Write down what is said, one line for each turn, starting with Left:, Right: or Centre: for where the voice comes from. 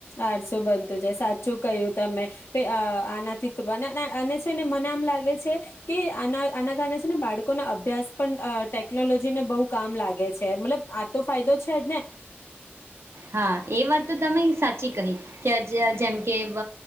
Left: આળસુ બનતું છે સાચું કહ્યું તમે, પેઅઆ આના ઠીક બનાના અને છે ને મને આમ લાગે છે, કે આ આના કારણે છે ને બાળકોના અભ્યાસ પણ ટેકનોલોજીને બહુ કામ લાગે છે મતલબ આ તો ફાયદો છે જ ને.
Right: હા એ વાત તો તમે સાચી કહી, કે જેમ કે વ